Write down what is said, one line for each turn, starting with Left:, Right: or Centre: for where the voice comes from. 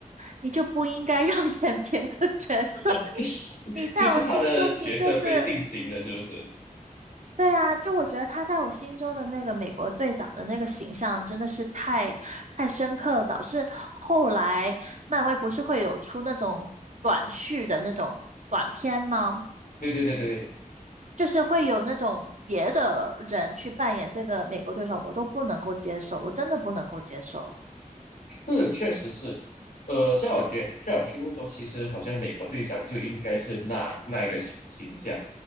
Right: 你就不应该要 <laughs> 演别的角色，
Left: <laughs>
Right: 你在我心中你就是
Left: 就是他的角色被定型了，是不是？
Right: 对啊，就我觉得他在我心中的那个美国队长的那个形象真的是太太深刻了，导致后来漫威不是会有出那种短续的那种短片吗？
Left: 对对对对
Right: 就是会有那种别的人去扮演这个美国队长，我都不能够接受，我真的不能够接受。
Left: 对，是确实是。呃，在我觉在我心目中，其实好像美国队长就应该是那那一个形形象。